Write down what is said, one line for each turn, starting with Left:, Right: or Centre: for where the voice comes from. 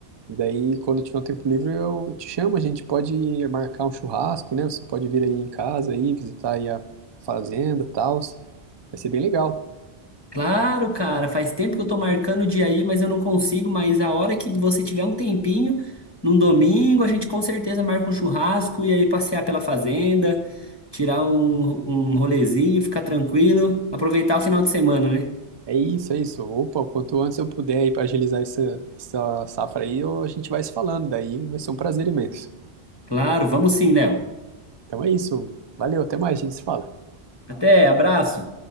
Right: E daí, quando tiver um tempo livre, eu te chamo, a gente pode marcar um churrasco, né? Você pode vir aí em casa aí, visitar aí a fazenda, tal. Vai ser bem legal.
Left: Claro, cara, faz tempo que eu tô marcando o dia aí, mas eu não consigo. Mas a hora que você tiver um tempinho, num domingo, a gente com certeza marca um churrasco e aí passear pela fazenda, tirar um, um rolezinho, ficar tranquilo, aproveitar o final de semana, né?
Right: É isso, é isso. Opa, quanto antes eu puder aí para agilizar essa, essa safra aí, eu- a gente vai se falando, daí vai ser um prazer imenso.
Left: Claro, vamos sim, Léo.
Right: Então é isso. Valeu, até mais, a gente se fala.
Left: Até, abraço.